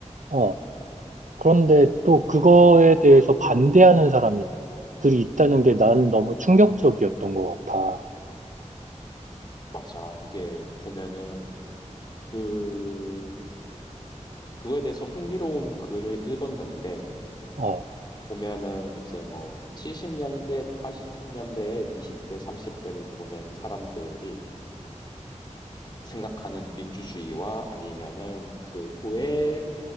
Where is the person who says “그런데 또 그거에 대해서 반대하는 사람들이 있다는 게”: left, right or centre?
Right